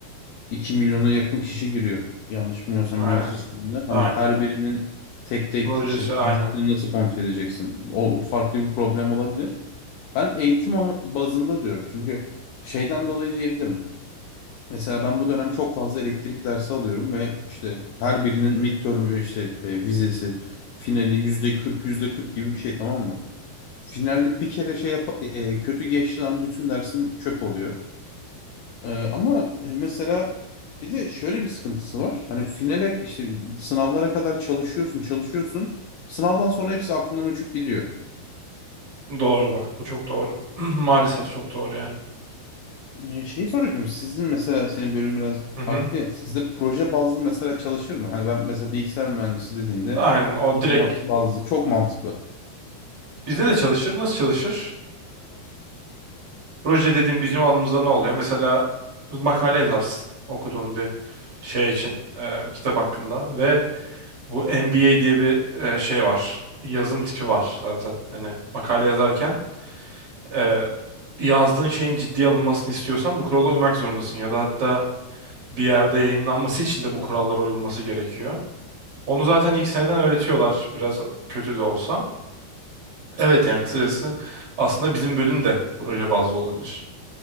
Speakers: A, on the left; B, on the right.
A: iki milyona yakın kişi giriyor yanlış bilmiyorsam
B: Aynen.
A: üniversite sınavında.
B: Aynen.
A: Hani her birinin tek tek
B: Projesi
A: işte projesini
B: aynen.
A: nasıl kontrol edeceksin? O farklı bir problem olabilir. Ben eğitim ama bazında diyorum çünkü şeyden dolayı diyebilirim. Mesela ben bu dönem çok fazla elektrik dersi alıyorum ve işte her birinin midterm işte e, vizesi finali yüzde 40 yüzde 40 gibi bir şey tamam mı? Finalde bir kere şey yap e, kötü geçti lan bütün dersin çöp oluyor. E, ama e, mesela bir de şöyle bir sıkıntısı var. Hani finale işte sınavlara kadar çalışıyorsun çalışıyorsun. Sınavdan sonra hepsi aklından uçup gidiyor.
B: Doğru bak. Bu çok doğru. <clears throat> Maalesef çok doğru yani.
A: Ee, Şey soracaktım. Sizin mesela senin bölüm biraz
B: Hı
A: farklı
B: hı.
A: ya. Sizde proje bazlı mesela çalışır mı? Hani ben mesela bilgisayar mühendisi dediğinde
B: Aynen. O
A: proje
B: direkt
A: bazlı çok mantıklı.
B: bizde de çalışır. Nasıl çalışır? Proje dediğim bizim alımızda ne oluyor? Mesela makale yazarsın okuduğun bir şey için e, kitap hakkında ve bu MBA diye bir e, şey var. Yazım tipi var zaten. Hani makale yazarken e, yazdığın şeyin ciddiye alınmasını istiyorsan bu kurala uymak zorundasın ya da hatta bir yerde yayınlanması için de bu kurallara uyulması gerekiyor. Onu zaten ilk seneden öğretiyorlar biraz kötü de olsa. Evet yani kısacası aslında bizim bölüm de proje bazlı olabilir.